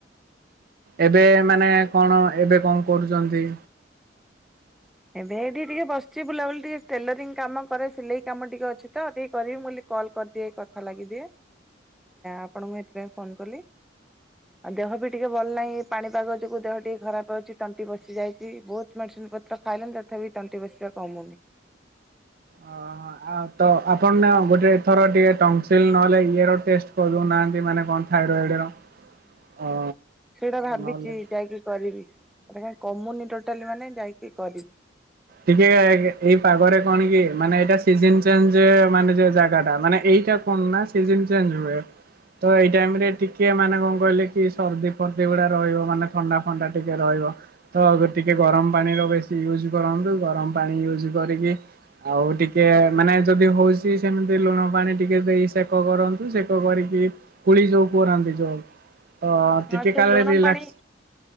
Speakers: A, on the right; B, in the centre.
A: ଏବେ ମାନେ କଣ ଏବେ କଣ କରୁଛନ୍ତି?
B: ଏବେ ଏଠି ଟିକେ ବସିଛି ବୁଲାବୁଲି ଟିକେ ଟେଲରିଂ କାମ କରେ ସିଲେଇ କାମ ଟିକେ ଅଛି ତ ଟିକେ କରିବି ମୁ ବ କଲ କରିଦିଏ କଥା ଲାଗିଦିଏ ଆପଣ ମୁଁ ଏଥିପାଇଁ ଫୋନ କଲି ଆଉ ଦେହ ବି ଟିକେ ଭଲ ନାହିଁ ପାଣିପାଗ ଯୋଗୁଁ ଦେହ ଟିକେ ଖରାପ ଅଛି ତଣ୍ଟି ବସି ଯାଇଛି ବହୁତ ମେଡିସିନ ପ ଖାଇଲେନ ତଥାପି ତଣ୍ଟି ବସିବା କମୁନି।
A: ଅ ଆଉ ତ ଆପଣ ନା ଗୋଟେ ଏଥର ଟିକେ ଟଂସିଲ ନହେଲେ ଇଏ ର ଟେଷ୍ଟ କରିଦଉନାହାନ୍ତି ମାନେ କଣ ଥାଇରଏଡ଼ ର ଅ
B: ସେଇଟା ଭାବିଛି
A: ନହେଲେ
B: ଯାଇକି କରିବି ଏଟା କାଇଁ କମୁନି ଟୋଟାଲି ମାନେ ଯାଇକି କରିିବି।
A: ଟିକେ ଏଇ ପାଗରେ କଣ କି ମାନେ ଏଇଟା ସିଜିନ୍ ଚେଞ୍ଜ ମାନେ ଯେ ଜାଗା ଟା ମାନେ ଏଇଟା କଣ ନା ସିଜନ ଚେଞ୍ଜ ହୁଏ। ତ ଏଇ ଟାଇମ ରେ ଟିକେ ମାନେ କଣ କହିଲେ କି ସର୍ଦି ଫର୍ଦି ଗୁଡା ରହିବ ମାନେ ଥଣ୍ଡା ଫଣ୍ଡା ଟିକେ ରହିବ ତ ଟିକେ ଗରମ ପାଣିର ବେଶୀ ୟୁଜ କରନ୍ତୁ। ଗରମ ପାଣି ୟୁଜ କରିକି ଆଉ ଟିକେ ମାନେ ଯଦି ହଉଛି ସେମିତି ଲୁଣ ପାଣି ଟିକେ ଦେଇ ସେକ କରନ୍ତୁ ସେକ କରିକି କୁଳି ଯୋଉ କରନ୍ତି ଯୋଉ ତ ଟିକେ
B: ହଁ ସେ
A: କାଳେ
B: ଲୁଣ
A: ରିଲାକ୍ସ
B: ପାଣି